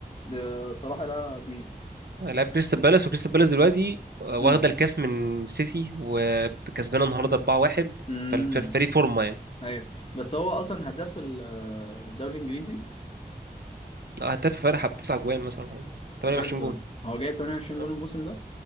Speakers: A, on the left (about 40°); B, on the right (about 85°).
A: ده صلاح ده مين
B: هيلاعب كريستال بالاس وكريستال بالاس دلوقتي آه، واخده
A: امم
B: الكاس من سيتي وكسبانه النهارده 4-1
A: امم
B: فالفريق فورمه يعني
A: ايوه بس هو اصلا هداف ال- الدوري الانجليزي
B: آه، هداف فرحة بتسع جوان مثلا ولا حاجة. 28
A: بجد
B: جون
A: هو جايب 28
B: آه.
A: جون الموسم ده